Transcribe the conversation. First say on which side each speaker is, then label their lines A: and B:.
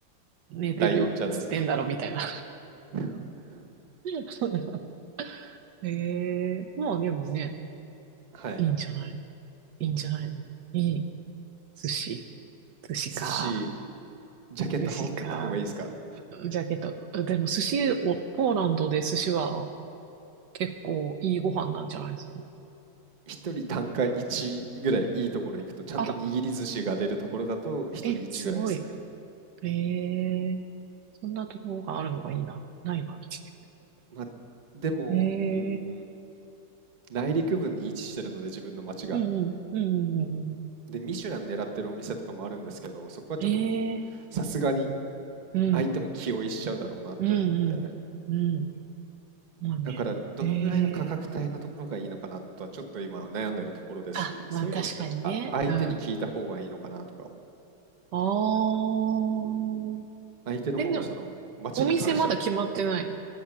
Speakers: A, on the right (about 70°); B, on the right (about 30°).
A: 寝てるっつってんだろ、
B: ライオンじゃないですか。
A: みたいな。
B: <laughs>
A: <laughs> ええまあでもね、
B: すはい。
A: いいんじゃない、いいんじゃないの。いい。寿司。寿司か。
B: 寿司、ジャケット羽織ってった方がいいですか
A: 寿司か。ジャケット。でも寿司を、ポーランドで寿司は結構いいご飯なんじゃないですか。
B: 一人単価1ぐらいいいところ行くと、ちゃんと握り寿司が出るところだと、
A: あら、
B: 一人1ぐらいですね。
A: え、すごい。ええそんなところがあるのがいいな。ないわ、うち。
B: まあ、でも、
A: ええ
B: うん、内陸部に位置してるので、自分の町が。
A: うんうん、うん、うん、う
B: で、ミシュラン狙ってるお店とかもあるんですけど、そこはちょっと
A: ん。ええ
B: さすがに
A: うん、
B: 相手も気負いしちゃうだろうなって思うんで、
A: うん、うん、うん。まあね。
B: だからどのぐらいの価格帯のところがいいのかなとはちょっと今悩んでるところですし、
A: ええあ、まあ確かにね。
B: そういうのってあ相手に聞いた方がいいのかなとか
A: うん。あー。
B: 相手の方がその街に関しては
A: え、でも、お店まだ決まってないの